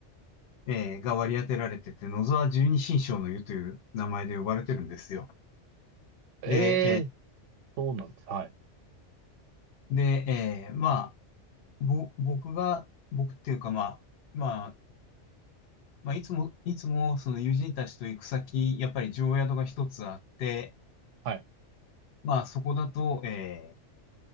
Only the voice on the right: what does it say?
ええ、
そうなんです。はい。
はい。